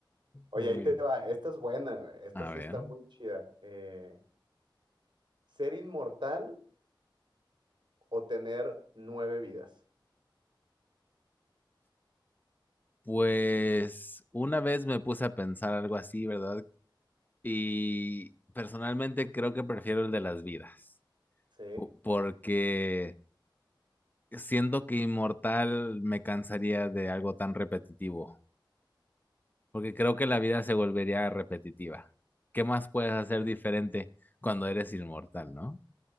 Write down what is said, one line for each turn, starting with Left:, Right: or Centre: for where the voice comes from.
Right: Oye,
Left: Muy
Right: ahí te
Left: bien.
Right: va. Esta es buena, güey. Esta
Left: A
Right: sí
Left: ver,
Right: está muy chida. Eh, ¿Ser inmortal o tener nueve vidas?
Left: pues una vez me puse a pensar algo así, ¿verdad? Y personalmente creo que prefiero el de las vidas,
Right: Sí,
Left: po- porque siento que inmortal me cansaría de algo tan repetitivo, porque creo que la vida se volvería repetitiva. ¿Qué más puedes hacer diferente cuando eres inmortal, no?